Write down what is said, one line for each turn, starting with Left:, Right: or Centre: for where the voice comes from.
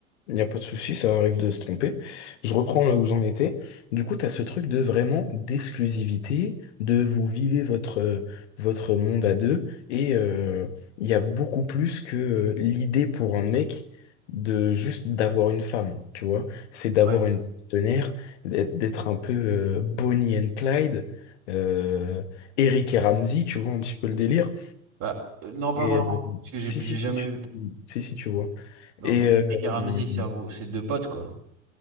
Left: Il n'y a pas de souci, ça arrive de se tromper. Je reprends là où j'en étais. Du coup, tu as ce truc de vraiment d'exclusivité, de vous vivez votre, euh, votre monde à deux, et euh, il y a beaucoup plus que euh, l'idée pour un mec de juste d'avoir une femme, tu vois. C'est d'avoir
Right: Ouais.
Left: une partenaire, d'être d'être un peu euh, Bonnie and Clyde, euh, Eric et Ramsey, tu vois, un petit peu le délire.
Right: Bah, euh, non, pas
Left: Et
Right: vraiment,
Left: euh,
Right: parce que j'ai
Left: si,
Right: j'ai
Left: si,
Right: jamais
Left: si, tu-
Right: vu.
Left: si, si, si, tu vois.
Right: Non,
Left: Et,
Right: mais Eric
Left: euh,
Right: et Ramzy, c'est un gros- c'est deux potes quoi,